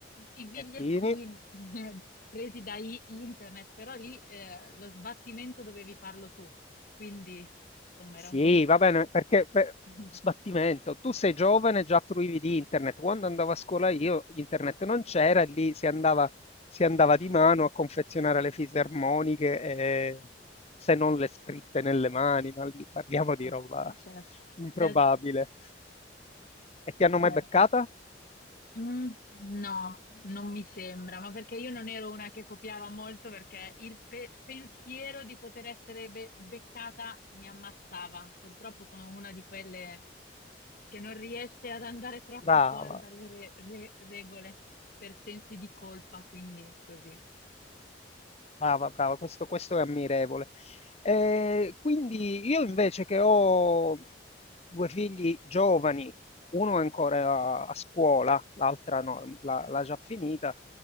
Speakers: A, on the left; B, on the left.
A: i bigliettini
B: Bigliettini.
A: <laughs> presi da i- internet, però lì eh, lo sbattimento dovevi farlo tu, quindi insomma
B: Sì,
A: era un po' diverso.
B: va bene, perché per-
A: <laughs>
B: sbattimento, tu sei giovane, già fruivi di internet. Quando andavo a scuola io, internet non c'era, e lì si andava, si andava di mano a confezionare le fisarmoniche, e, se non le scritte nelle mani, ma lì parliamo di
A: Eh
B: roba
A: sì, certo,
B: <laughs> improbabile.
A: certo,
B: E ti hanno
A: certo.
B: mai beccata?
A: Mm, no, non mi sembra, ma perché io non ero una che copiava molto perché il pe- pensiero di poter essere be- beccata mi ammazzava. Purtroppo sono una di quelle che non riesce ad andare troppo
B: Brava.
A: fuori dalle re- re- regole per sensi di colpa, quindi così.
B: Brava, brava, questo, questo è ammirevole. Eh, quindi io invece che ho due figli giovani, uno è ancora a a scuola, l'altra no, ehm, l'ha l'ha già finita,